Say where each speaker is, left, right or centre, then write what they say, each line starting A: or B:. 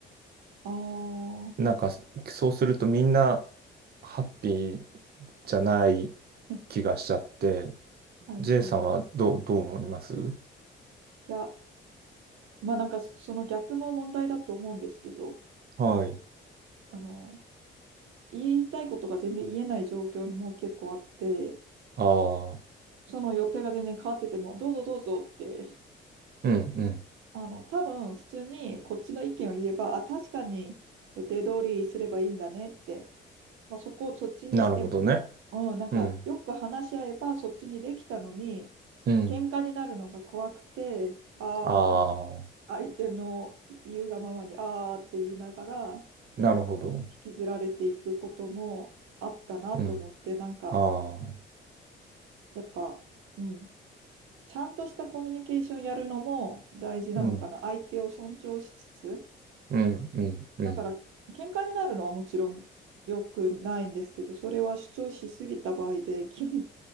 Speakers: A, on the right (about 90°); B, on the right (about 50°).
A: ああ、
B: なんか、そうするとみんなハッピーじゃない
A: ね、
B: 気がしちゃって、
A: はいはい。
B: J さんはどう、
A: い
B: どう思います
A: や、まあなんかその逆も問題だと思うんですけど、
B: はい。
A: あの、言いたいことが全然言えない状況も結構あって、
B: ああ、
A: その予定が全然変わってても、どうぞどうぞって、
B: うん、うん。
A: あの、多分普通にこっちの意見を言えば、あ、確かに予定通りすればいいんだねって、まあ、そこをそっちにしても、
B: なるほどね。
A: うん、なんかよく話し合えばそっちにできたのに、
B: うん、うん。
A: 喧嘩になるのが怖くて、ああ、
B: ああ、
A: 相手の言うがままに、ああって言いながら、
B: なるほど。
A: あの、引きずられていくこともあったなと思って、
B: うん。
A: なんか、
B: ああ、
A: やっぱ、うん。ちゃんとしたコミュニケーションやるのも大事なのかな。
B: うん、
A: 相手を尊重しつつ。
B: うん、うん、うん、
A: だから、喧嘩になるのはもちろん良くないんですけど、それは主張しすぎた場合で、基本、